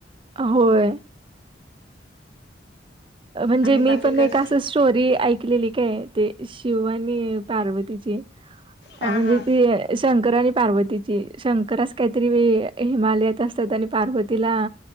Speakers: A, on the right (about 30°); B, on the left (about 65°).
A: होय म्हणजे
B: आणि
A: मी
B: बाकी
A: पण
B: कस
A: एक असं स्टोरी ऐकलेली काय ते शिव आणि पार्वतीची
B: हां
A: अ म्हणजे
B: हां
A: ते शंकर आणि पार्वतीची शंकरच काहीतरी वेळ हिमालयात असतात आणि पार्वतीला